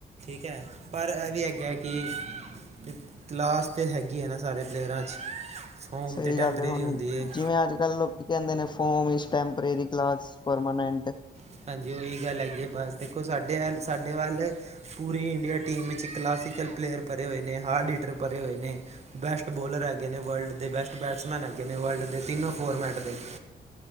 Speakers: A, on the right; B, on the left.
A: ਠੀਕ ਹੈ ਪਰ ਇਹ ਵੀ ਹੈਗਾ ਕਿ <inaudible> ਕਲਾਸ ਤਾਂ ਹੈਗੀ ਹੈ ਨਾ ਸਾਰੇ ਪਲੇਅਰਾਂ 'ਚ <inaudible>
B: ਸਹੀ
A: ਤੇ ਟੈਂਪਰੇਰੀ
B: ਗੱਲ ਹੈ ਹੁਣ
A: ਹੁੰਦੀ ਹੈ
B: ਜਿਵੇਂ ਅੱਜ ਕੱਲ੍ਹ ਲੋਕ ਕਹਿੰਦੇ ਨੇ ਫੋਮ ਟੈਂਪਰੇਰੀ ਕਲਾਸ ਪਰਮਾਨੈਂਟ
A: <inaudible> ਹਾਂਜੀ ਉਹੀ ਗੱਲ ਹੈਗੀ ਹੈ ਬਸ ਦੇਖੋ ਸਾਡੇ ਵ ਸਾਡੇ ਵੱਲ <inaudible> ਪੂਰੀ ਇੰਡੀਆ ਟੀਮ ਵਿੱਚ ਕਲਾਸੀਕਲ ਪਲੇਅਰ ਭਰੇ ਹੋਏ ਨੇ ਹਾਰਡੀਟਰ ਭਰੇ ਹੋਏ ਨੇ। ਬੈਸਟ ਬੋਲਰ ਹੈਗੇ ਨੇ ਵਰਲਡ ਦੇ ਬੈਸਟ ਬੈਟਸਮੈਨ ਹੈਗੇ ਨੇ ਵਰਲਡ ਦੇ ਤਿੰਨੋ ਫੋਰਮੈਟ ਦੇ <inaudible>